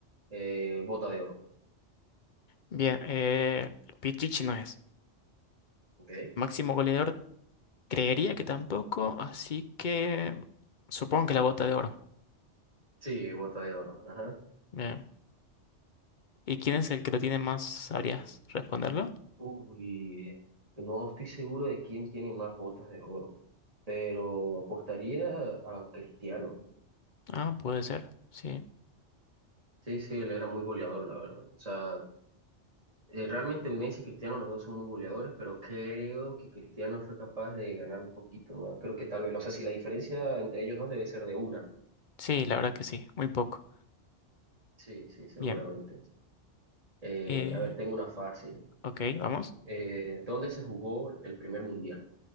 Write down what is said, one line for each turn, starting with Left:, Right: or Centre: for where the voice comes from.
Right: eh, Bota de Oro.
Left: Bien, eh, Pichichi no es.
Right: ¿Ok?
Left: Máximo goleador, creería que tampoco, así que supongo que la bota de oro.
Right: Sí, Bota de Oro. Ajá.
Left: Bien. ¿Y quién es el que lo tiene más? ¿Sabrías responderlo?
Right: Uy, eh, no estoy seguro de quién tiene más botas de oro, pero apostaría a Cristiano.
Left: Ah, puede ser, sí.
Right: Sí, sí, él era muy goleador, la verdad. O sea, Eh, realmente Messi y Cristiano, los dos son muy goleadores, pero creo que Cristiano fue capaz de ganar un poquito más. Creo que tal vez, o sea, si la diferencia entre ellos dos debe ser de una.
Left: Sí, la verdad que sí, muy poco.
Right: Sí, sí, seguramente.
Left: Bien.
Right: Eh,
Left: Eh,
Right: a ver, tengo una fácil.
Left: ok, vamos.
Right: Eh, ¿dónde se jugó el primer mundial?